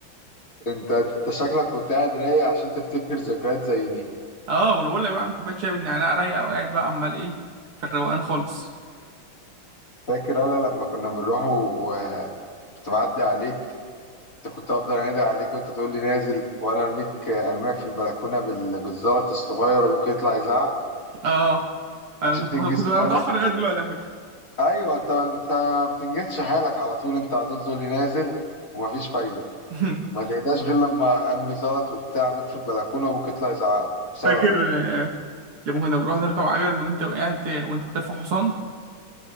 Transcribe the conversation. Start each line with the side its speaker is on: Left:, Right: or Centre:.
Left: انت انت شكلك كنت قاعد رايق عشان تفتكر ذكريات زي دي
Right: اه وانا بقول لك بقى اعمل كوباية شاي بالنعناع رايقة وقاعد بقى عمال ايه في الروقان خالص
Left: فاكر انا لما كنا بنروح و- آه، كنت بعدي عليك انت كنت افضل انادي عليك وانت تقول لي نازل وانا ارميك آه، ارميك في البلكونة بال... بالزلط الصغير ابوك يطلع يزعق
Right: اه انا
Left: عشان
Right: كنت
Left: تنجز
Right: كنت بقى
Left: سنانك
Right: متأخر لغاية دلوقتي على فكرة
Left: ايوه انت انت ما بتنجزش حالك على طول انت على طول تقول لي نازل ومفيش فايدة
Right: <laughs>
Left: ما تهداش غير لما قلبي زلط وبتاع عندك في البلكونه وابوك يطلع يزعق لي بسببك
Right: فاكر آه، لما كنا بنروح نركب عجل وانت وقعت وانت بترفع حصان